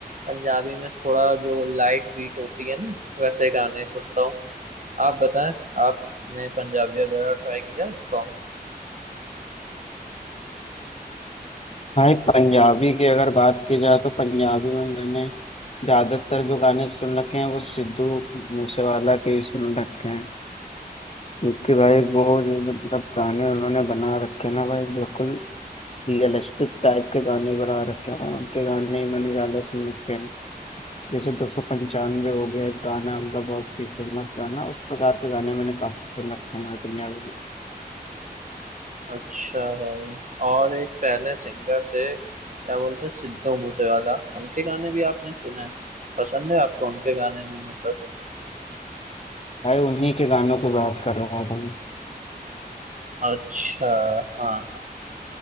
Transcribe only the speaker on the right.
पंजाबी में थोड़ा जो लाइट बीट होती है ना वैसे गाने सुनता हूँ आप बताएं आपने पंजाबी वगैरह ट्राई किया सॉन्ग्स
अच्छा भाई और एक पहले सिंगर थे क्या बोलते हैं, सिद्धू मूसेवाला उनके गाने भी आपने सुने हैं पसंद है आपको उनके गाने भी मतलब
अच्छा हाँ